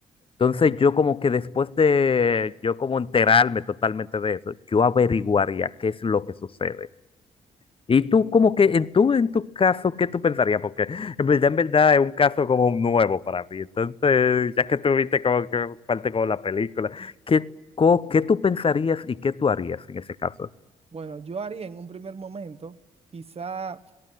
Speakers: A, on the left; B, on the right.
A: Entonces yo como que después de yo como enterarme totalmente de eso, yo averiguaría qué es lo que sucede. Y tú como que en tu, en tu caso, ¿qué tú pensarías? Porque en verdad, en verdad es un caso como nuevo para mí. Entonces, ya que tú viste como que parte como la película, ¿qué, co- qué tú pensarías y qué tú harías en ese caso?
B: Bueno, yo haría en un primer momento, quizá